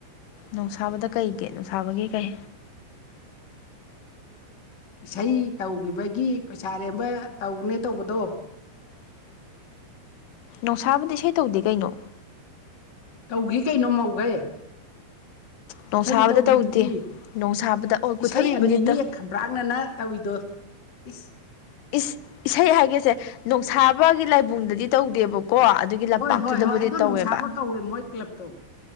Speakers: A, on the left; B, on the left.
A: ꯅꯨꯡꯁꯥꯕꯗ ꯀꯩꯒꯤ ꯅꯨꯡꯁꯥꯕꯒꯤ ꯀꯩ
B: ꯏꯁꯩ ꯇꯧꯒꯤꯕꯒꯤ ꯄꯩꯁꯥ ꯑꯔꯦꯝꯕ ꯇꯧꯅꯦ ꯇꯧꯕꯗꯣ
A: ꯅꯣꯡꯁꯥꯕꯗꯤ ꯏꯁꯩ ꯇꯧꯗꯦ ꯀꯩꯅꯣ
B: ꯇꯧꯒꯤ ꯀꯩꯅꯣ ꯃꯧꯈꯩ ꯄꯨꯊꯕꯤ
A: ꯅꯣꯡꯁꯥꯕꯗ
B: ꯇꯧꯈꯤꯗꯨꯗꯤ
A: ꯇꯧꯗꯦ ꯅꯣꯡꯁꯥꯕꯗ ꯑꯣ ꯀꯨꯊꯕꯤꯕꯨꯗꯤ
B: ꯏꯁꯩ ꯑꯅꯤꯅꯤ
A: ꯇꯧ
B: ꯈꯝꯕ꯭ꯔꯥꯛꯅꯅ ꯇꯧꯋꯤꯗꯣ ꯏꯁ
A: ꯏꯁ ꯏꯁꯩ ꯍꯥꯏꯒꯦꯁꯦ ꯅꯣꯡꯁꯥꯕꯒꯤ ꯂꯥꯏꯕꯨꯡꯗꯗꯤ ꯇꯧꯗꯦꯕ ꯀꯣ ꯑꯗꯨꯒꯤ ꯂꯝꯄꯥꯛꯇꯨꯗꯕꯨꯗꯤ
B: ꯍꯣꯏ ꯍꯣꯏ ꯍꯣꯏ ꯑꯗꯣ
A: ꯇꯧꯋꯦꯕ
B: ꯅꯨꯡꯁꯥꯕ ꯀꯧꯋꯦ ꯃꯣꯏ ꯀ꯭ꯂꯕꯇꯣ